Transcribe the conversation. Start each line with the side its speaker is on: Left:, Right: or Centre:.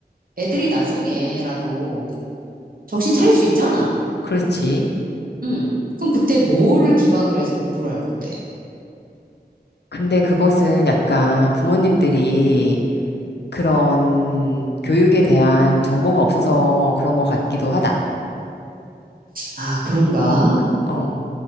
Right: 애들이 나중에라도 정신 차릴 수 있잖아.
Left: 그렇지.
Right: 음. 그럼 그때 뭘 기반으로 해서 공부를 할 건데?
Left: 근데 그것은 약간 부모님들이 그런 교육에 대한 정보가 없어서 그런 것 같기도 하다.
Right: 아, 그런가?
Left: 어, 그- 어.